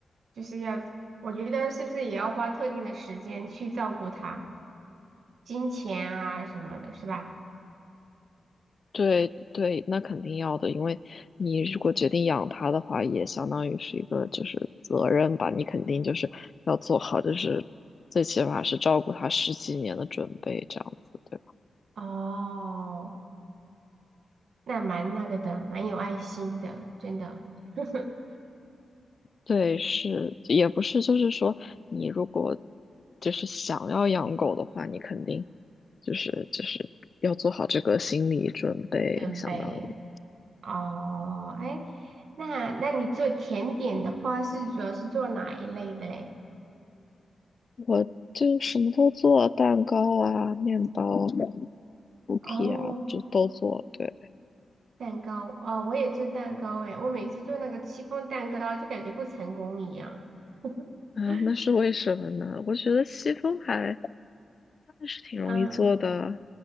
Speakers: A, on the right (about 75°); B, on the left (about 45°).
A: 就是要，我觉得是不是也要花特定的时间去照顾他，金钱啊什么的，是吧？
B: 对对，那肯定要的，因为你如果决定养它的话，也相当于是一个就是责任吧，你肯定就是要做好，就是最起码是照顾它十几年的准备，这样子，对吧？
A: 哦，那蛮那个的，蛮有爱心的，真的。<laughs>
B: 对，是，也不是，就是说你如果就是想要养狗的话，你肯定就是就是要做好这个心理准备，
A: 准备，
B: 相当于
A: 哦，哎，那那你做甜点的话，是主要是做哪一类的嘞？
B: 我就什么都做，蛋糕啊、面包、cookie
A: 哦，
B: 啊，就都做，对。
A: 蛋糕，哦，我也做蛋糕，哎，我每次做那个戚风蛋糕，就感觉不成功一样。
B: 啊，
A: <laughs>
B: 那是为什么呢？我觉得西风还还是挺容易做的。
A: 啊。